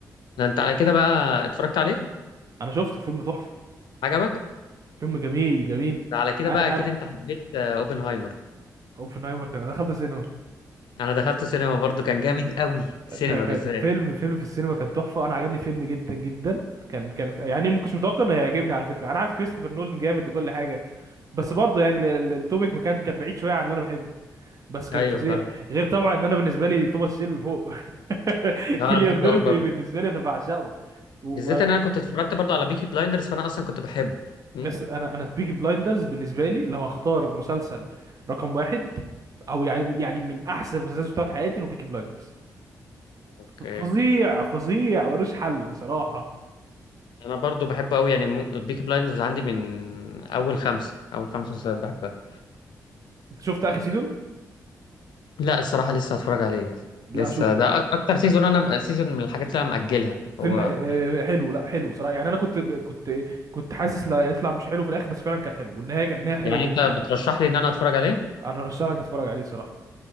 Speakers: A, on the left (about 80°); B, on the right (about 50°).
A: ده انت على كده بقى اتفرجت عليه
B: انا شفته فيلم تحفه
A: عجبك
B: فيلم جميل جميل
A: ده على كده
B: انا
A: بقى اكيد
B: انا
A: انت حبيت آه، اوبنهايمر
B: اوبنهايمر كان انا دخلت السينما
A: انا دخلته سينما برضو كان جامد قوي سينما
B: ده كان
A: بالذات
B: فيلم فيلم في السينما كان تحفه انا عجبني فيلم جدا جدا كان كان يعني ما كنتش متوقع انه هيعجبني على فكره انا عارف كريستوفر نولان جامد وكل حاجه بس برضه يعني ال- ال- التوبيك ما كان كان بعيد شويه عن اللي انا بحبه بس كان
A: ايوه
B: فظيع
A: فاهم
B: غير طبعا ان انا بالنسبه لي توماس شيلبي فوق <laughs>
A: لا
B: كيليان
A: انا بحبه
B: ميرفي
A: قوي برضو
B: بالنسبه لي انا بعشقه و- و-
A: بالذات ان انا كنت اتفرجت برضو على بيكي بلايندرز فانا اصلا كنت بحبه امم
B: أس- انا انا بيكي بلايندرز بالنسبه لي لو هختار مسلسل رقم واحد او يعني يعني من احسن المسلسلات اللي شفتها في حياتي هو بيكي بلايندرز
A: اوكي
B: فظيع فظيع ملوش حل صراحه
A: انا برضو بحبه قوي يعني بيكي بلايندرز عندي من اول خمسة اول خمس مسلسلات بحبها
B: انت شفت اخر سيزون
A: لا الصراحة لسه هتفرج عليه
B: لا
A: لسه
B: شوفه
A: ده أك- اكتر سيزون انا سيزون من الحاجات اللي انا مأجلها
B: الفيلم
A: هو
B: آه، حلو لا حلو صراحه يعني انا كنت كنت كنت حاسس لا يطلع مش حلو في الاخر بس فعلا كان حلو والنهايه كانت نهايه حلوه
A: يعني
B: جدا
A: انت بترشح لي ان انا اتفرج عليه
B: انا رشح لك تتفرج عليه صراحه